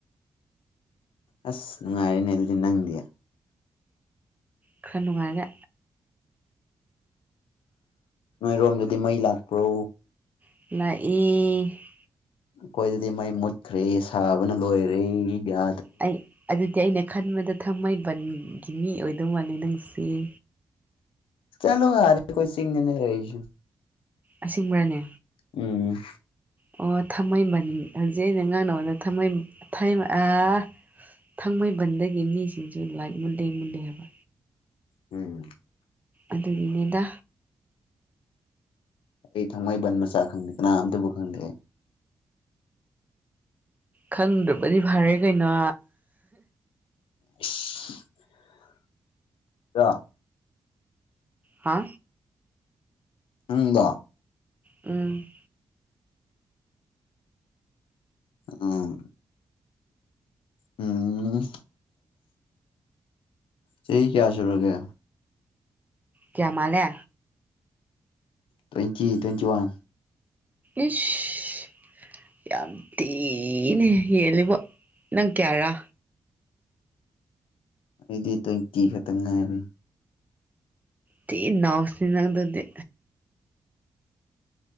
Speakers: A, on the left; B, on the right.
A: ꯑꯁ ꯅꯨꯡꯉꯥꯏꯔꯦꯅꯦ ꯑꯗꯨꯗꯤ ꯅꯪꯗꯤ
B: ꯈꯔ ꯅꯨꯡꯉꯥꯏꯔꯦ
A: ꯅꯣꯏꯔꯣꯝꯗꯗꯤ ꯃꯩ ꯂꯥꯛꯄ꯭ꯔꯣ
B: ꯂꯥꯛꯏ
A: ꯑꯩꯈ‌ꯣꯏꯗꯗꯤ ꯃꯩ ꯃꯨꯠꯈ꯭ꯔꯦ ꯁꯥꯕꯅ ꯂꯣꯏꯔꯦ ꯌꯥ
B: ꯑꯩ ꯑꯗꯨꯗꯤ ꯑꯩꯅ ꯈꯟꯕꯗ ꯊꯥꯡꯃꯩꯕꯟꯒꯤ ꯃꯤ ꯑꯣꯏꯗꯧ ꯃꯥꯜꯂꯦ ꯅꯪꯁ‌ꯦ
A: ꯆꯠꯂꯣ ꯑꯗꯥ ꯑꯩꯈ‌ꯣꯏ ꯆꯤꯡꯗꯅ‌ꯦ ꯂꯩꯔꯤꯁ‌ꯦ
B: ꯑꯁ‌ꯦꯡꯕꯔꯅꯦ
A: ꯎꯝ
B: ꯑꯣ ꯊꯥꯡꯃꯩꯕꯟ ꯍꯧꯖꯤꯛ ꯑꯩꯅ ꯉꯥꯡꯅꯕꯗ ꯊꯥꯡꯃꯩ ꯊꯥꯡꯃꯩꯕꯟ‌ ꯑꯥ ꯊꯥꯡꯃꯩꯕꯟꯗꯒꯤ ꯃꯤꯁꯤꯡꯁꯨ ꯂꯥꯏꯛ ꯃꯨꯟꯂꯦ ꯃꯨꯟꯂꯦ ꯍꯥꯏꯕ
A: ꯎꯝ
B: ꯑꯗꯨꯒꯤꯅꯦꯗ
A: ꯑꯩ ꯊꯥꯡꯃꯩꯕꯟ ꯃꯆꯥ ꯈꯪꯗꯦ ꯀꯅꯥꯝꯇꯕꯨ ꯈꯪꯗ‌ꯦ ꯑꯩ
B: ꯈꯪꯗꯕꯗꯤ ꯐꯔꯦ ꯀꯩꯅꯣ
A: ꯑꯁ
B: ꯍꯥ
A: ꯅꯪꯂ‌ꯣ
B: ꯎꯝ
A: ꯑ ꯎꯝ ꯆꯍꯤ ꯀꯌꯥ‌ ꯁꯨꯨꯔꯒꯦ
B: ꯀꯌꯥ ꯃꯥꯜꯂꯦ
A: ꯇ꯭ꯋꯦꯟꯇꯤ ꯇ꯭ꯋꯦꯟꯇꯤ ꯋꯥꯟ
B: ꯏꯁ ꯌꯥꯝ ꯊꯤꯅꯥ ꯍꯦꯜꯂꯤꯕꯣ ꯅꯪ ꯀꯌꯥꯔꯥ
A: ꯑꯩꯗꯤ ꯇ꯭ꯋꯦꯟꯇꯤ ꯈꯛꯇ ꯉꯥꯏꯔꯤ
B: ꯊꯤ--ꯅꯥꯎꯁꯅꯤ ꯅꯪ ꯑꯗꯨꯗꯤ